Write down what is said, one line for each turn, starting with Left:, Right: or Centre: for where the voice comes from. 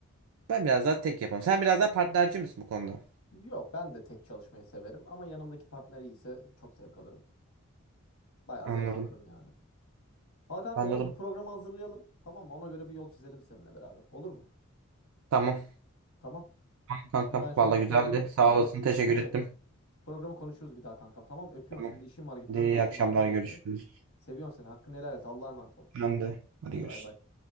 Right: Ben biraz daha tek yaparım. Sen biraz daha partnerci misin bu konuda?
Left: Yok ben de tek çalışmayı severim ama yanımdaki partner iyiyse çok zevk alırım. Bayağı
Right: Anladım.
Left: zevk alırım yani. Al kanka
Right: Anladım.
Left: ona bir program hazırlayalım. Tamam mı? Ona göre bir yol çizelim seninle beraber. Olur mu?
Right: Tamam.
Left: Tamam.
Right: Tamam kankam.
Left: Onu ben şimdi
Right: Valla
Left: bir
Right: güzeldi.
Left: şey yapayım.
Right: Sağ
Left: Sana
Right: olasın.
Left: şey
Right: Teşekkür
Left: yapayım. Ne demek?
Right: ettim.
Left: Programı konuşuruz bir daha kankam. Tamam. Öpüyorum
Right: Tamam.
Left: şimdi. işim var gitmem
Right: Hadi iyi
Left: lazım
Right: akşamlar
Left: aciliyetle.
Right: görüşürüz.
Left: Seviyorum seni. Hakkını helal et. Allah'a emanet ol.
Right: Ben de. Hadi
Left: Hadi
Right: görüşürüz.
Left: bay bay.